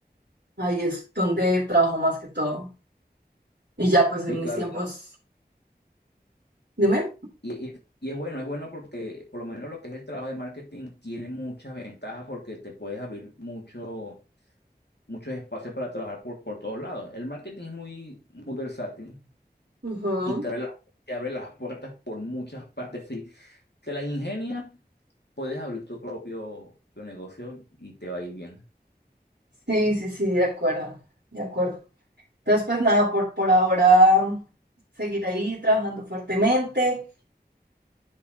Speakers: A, on the right; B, on the left.
A: Ahí es donde trabajo más que todo. Y ya pues en
B: Sí,
A: mis
B: claro,
A: tiempos, dime.
B: y, y- y es bueno, es bueno porque por lo menos lo que es el trabajo de marketing tiene muchas ventajas porque te puedes abrir mucho, muchos espacios para trabajar por, por todos lados. El marketing es muy, muy versátil
A: Ujú.
B: y te abre, la- te abre las puertas por muchas partes. Si te las ingenias, puedes abrir tu propio, propio negocio y te va a ir bien.
A: Sí, sí, sí, de acuerdo, de acuerdo. Entonces, pues nada, por, por ahora seguir ahí trabajando fuertemente